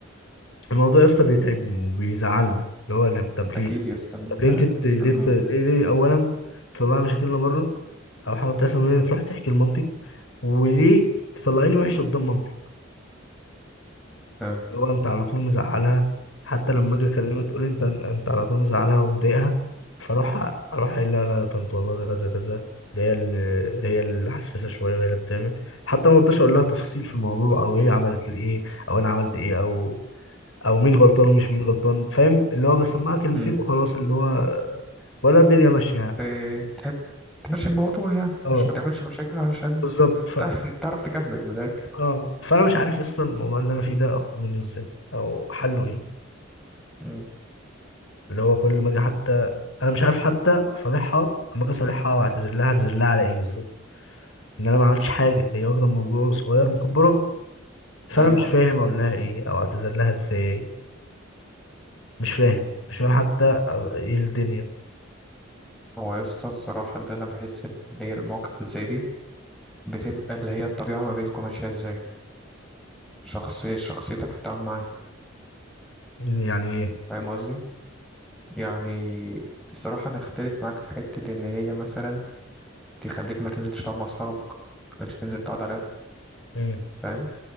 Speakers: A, on the left; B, in the centre.
A: الموضوع يا اسطى بيتعبني وبيزعلني اللي هو لا- طب ليه
B: اكيد يا اسطى انت
A: طب ليه أنت ت- ليه
B: مم.
A: ت- ليه ليه أولا تطلعي مشاكلنا بره أو حاجة بتحصل من هنا تروح تحكي لمامتك وليه تطلعيني وحش قدام مامتي
B: آه.
A: هو انت على طول مزعلها حتى لما اجي اكلمها تقول انت انت على طول مزعلها ومضايقها فاروح اروح قايل لها لا يا طنط والله ده كذا كذا ده هي اللي هي اللي حساسه شويه وهي اللي بتعمل حتى ما برضاش اقول لها تفاصيل في الموضوع او هي عملت الايه او انا عملت ايه او او مين غلطان ومش مين غلطان فاهم اللي هو بسمعها كلمتين
B: مم.
A: وخلاص اللي هو ولا الدنيا ماشيه يعني
B: ت- تحب تمشي الموضوع يعني
A: اه
B: عشان ما تعملش مشاكل علشان
A: بالظبط ف...
B: تعرف تعرف تكمل من الاخر
A: اه فانا مش عارف اصلا الموضوع اللي انا فيه ده اخرج منه ازاي او حله ايه
B: مم.
A: اللي هو كل ما اجي حتى انا مش عارف حتى اصالحها اما اجي اصالحها واعتذر لها اعتذر لها على ايه بالظبط ان انا ما عملتش حاجه هي واخده الموضوع صغير مكبره فانا
B: ايوه
A: مش فاهم اقول لها ايه او اعتذر لها ازاي مش فاهم مش فاهم حتى ايه الدنيا
B: هو يا اسطى الصراحه اللي انا بحس ان هي المواقف اللي زي دي بتبقى اللي هي الطبيعه ما بينكم ماشيه ازاي شخصية شخصيتك في التعامل معاه
A: إن يعني ايه
B: فاهم قصدي؟ يعني الصراحة أنا أختلف معاك في حتة إن هي مثلا تخليك ما تنزلش تقعد مع أصحابك متخليكش تنزل تقعد على القهوة،
A: مم.
B: فاهم